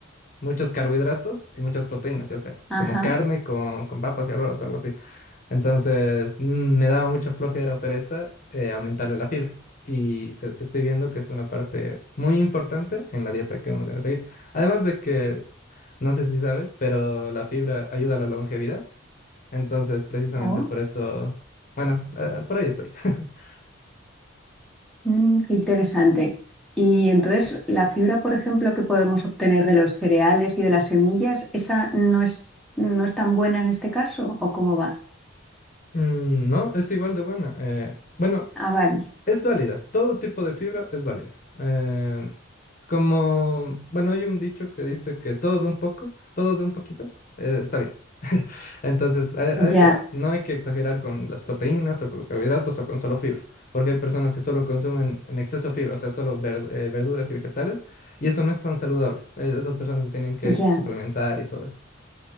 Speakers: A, on the left; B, in the centre.
A: muchos carbohidratos y muchas proteínas, ya sea
B: Ajá.
A: como carne con, con papas y arroz, algo así. Entonces, mm, me daba mucha flojera o pereza eh, aumentarle la fibra. Y re- estoy viendo que es una parte muy importante en la dieta que uno debe seguir. Además de que no sé si sabes, pero la fibra ayuda a la longevidad. Entonces, precisamente
B: Oh.
A: por eso, bueno, eh, por ahí estoy. <laughs>
B: Mm, qué interesante. Y entonces, la fibra, por ejemplo, que podemos obtener de los cereales y de las semillas, ¿esa no es, no es tan buena en este caso? ¿O cómo va?
A: Mm, No, es igual de buena. eh, bueno,
B: Ah, vale.
A: es válida. Todo tipo de fibra es válida. Eh, como, bueno, hay un dicho que dice que todo de un poco, todo de un poquito, eh, está bien. Entonces, a, a
B: Ya,
A: eso va. No hay que exagerar con las proteínas o con los carbohidratos o con solo fibra, porque hay personas que solo consumen en exceso fibra, o sea, solo ver- eh, verduras y vegetales, y eso no es tan saludable. Eh, esas personas se tienen que
B: ya,
A: suplementar y todo eso.